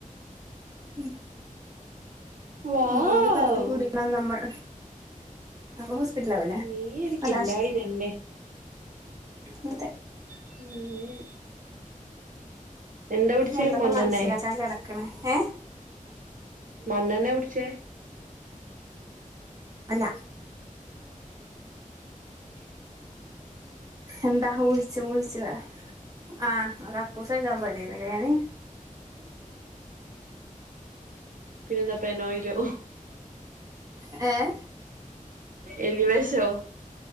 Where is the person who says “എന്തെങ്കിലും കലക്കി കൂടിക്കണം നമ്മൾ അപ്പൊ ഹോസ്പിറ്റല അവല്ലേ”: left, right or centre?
Right